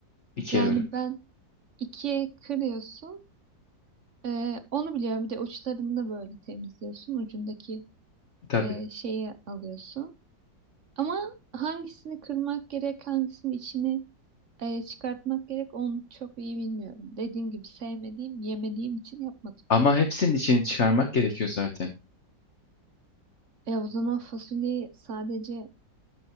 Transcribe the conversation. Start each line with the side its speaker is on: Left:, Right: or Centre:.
Left: İkiye
Right: Yani
Left: bölüp.
Right: ben ikiye kırıyorsun. e, onu biliyorum. Bir de uçlarını da böyle temizliyorsun. Ucundaki
Left: Tabii.
Right: e, şeyi alıyorsun. Ama hangisini kırmak gerek, hangisinin içini e, çıkartmak gerek onu çok iyi bilmiyorum. Dediğim gibi sevmediğim, yemediğim için yapmadım.
Left: Ama hepsinin içini çıkarmak gerekiyor zaten.
Right: E o zaman fasulyeyi sadece